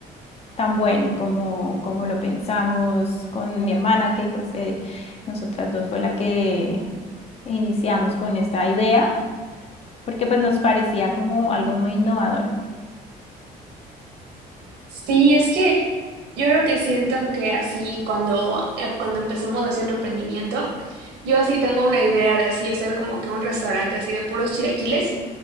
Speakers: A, on the left; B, on the right.
A: tan bueno como, como lo pensamos con mi hermana, que pues eh, nosotras dos fue la que iniciamos con esta idea, porque pues nos parecía como algo muy innovador.
B: Sí, es que yo creo que siento que así cuando, eh, cuando empezamos a hacer un emprendimiento, yo así tengo una idea de así hacer como que un restaurante así de puros chilaquiles.